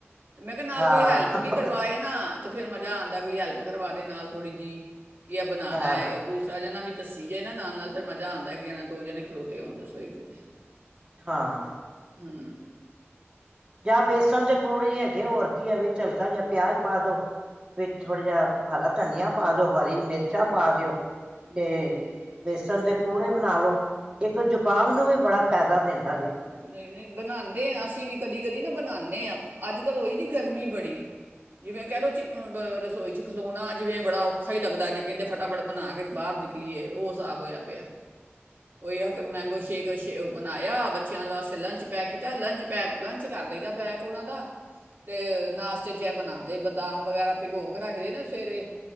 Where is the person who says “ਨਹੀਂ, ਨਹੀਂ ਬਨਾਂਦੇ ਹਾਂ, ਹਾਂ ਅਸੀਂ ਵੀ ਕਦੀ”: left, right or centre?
Right